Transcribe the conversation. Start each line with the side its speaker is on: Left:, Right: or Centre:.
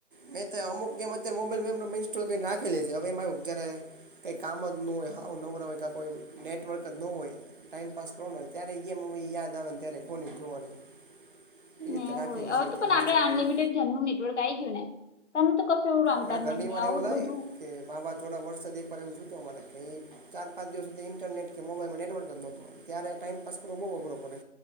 Right: મેં તો અમુક ગેમ અત્યારે મોબાઈલ મે ઇન્સ્ટોલ કરીને નાખી લિ છે હવે જયારે કંઈક કામ જ ન હોય હાવ નવરા હોય કોઈ નેટવર્ક જ ન હોય. ટાઈમપાસ હોય ત્યારે જે મને યાદ આવે ને ત્યારે ખોલીને જોવાની. એ રીતે
Left: હા
Right: રાખેલી
Left: હોય હવે
Right: છે અત્યારે
Left: તો પણ
Right: ઇન્સ્ટોલ
Left: આપણે અનલિમિટેડ
Right: કરીને
Left: જનનુ નેટવર્ક આવી ગયું ને? તને તો કસું એવું રમતા
Right: ઘણા
Left: જ
Right: ઘરની
Left: નહી
Right: મારે
Left: આવું
Right: એવું થાય
Left: બધું
Right: કે માવા થોડા વર્ષ નહીં પણ એવું શું તો મને કઈ ચાર-પાંચ દિવસ સુધી ઇન્ટરને કે મોબાઈલમાં નેટવર્ક પ્રોબ્લેમ હતો ત્યારે ટાઈમપાસ કરો બહુ અઘરો પડે.